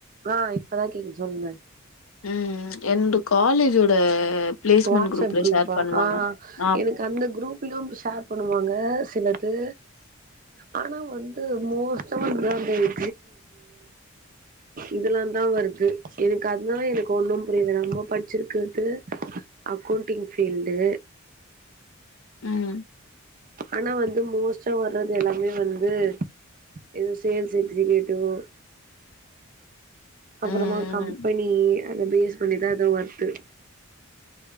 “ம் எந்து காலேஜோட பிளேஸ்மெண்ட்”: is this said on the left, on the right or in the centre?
Left